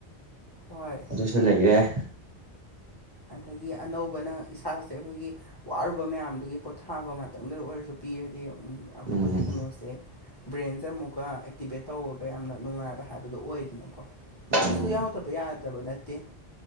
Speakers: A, on the left; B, on the right.
A: ꯍꯣꯏ
B: ꯑꯗꯨꯁꯨ ꯂꯩꯈꯔꯦ
A: ꯑꯗꯒꯤ ꯑꯅꯧꯕꯅ ꯏꯁꯥꯁꯦ ꯑꯩꯈꯣꯏꯒꯤ ꯋꯥꯔꯨꯕ ꯃꯌꯥꯝꯗꯨꯒꯤ ꯄꯣꯊꯥꯕ ꯉꯥꯛꯇꯪꯗ ꯑꯣꯏꯔꯁꯨ ꯄꯤꯔꯗꯤ ꯑꯩꯈꯣꯏꯒꯤ
B: ꯎꯝ
A: ꯀꯩꯅꯣꯁꯦ ꯕ꯭ꯔꯦꯟꯁꯦ ꯑꯃꯨꯛꯀ ꯑꯦꯛꯇꯤꯚꯦꯠ ꯇꯧꯔꯒ ꯌꯥꯝꯅ ꯅꯨꯡꯉꯥꯏꯕ ꯍꯥꯏꯕꯗꯣ ꯑꯣꯏꯗꯅꯀꯣ ꯁꯤꯁꯨ
B: ꯎꯝ
A: ꯌꯥꯎꯗꯕ ꯌꯥꯗꯕ ꯅꯠꯇꯦ